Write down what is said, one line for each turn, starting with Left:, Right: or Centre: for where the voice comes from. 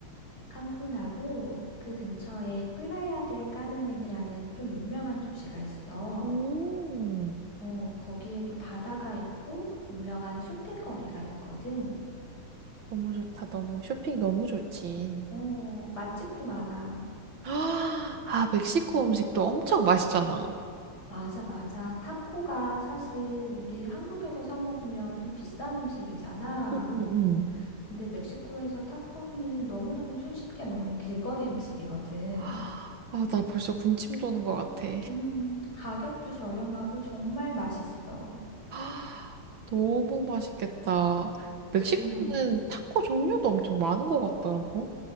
Left: 칸쿤하고 그 근처에 플라야 델 까르멘이라는 또 유명한 도시가 있어.
Right: 음,
Left: 어, 거기에도 바다가 있고 유명한 쇼핑거리가 있거든.
Right: 너무 좋다. 너무 쇼핑 너무 좋지.
Left: 어, 맛집도 많아.
Right: <gasps> 아, 아, 멕시코 음식도 엄청 맛있잖아.
Left: 맞아, 맞아. 타코가 사실 우리 한국에서 사 먹으면 좀 비싼 음식이잖아.
Right: 응응응.
Left: 근데 멕시코에서 타코는 너무너무 손쉽게 먹는 길거리 음식이거든.
Right: 아, 나 벌써 군침 도는 것 같아.
Left: 음, 가격도 저렴하고 정말 맛있어.
Right: 아, 너무 맛있겠다. 멕시코는
Left: 음,
Right: 타코 종류도 엄청 많은 것 같더라고.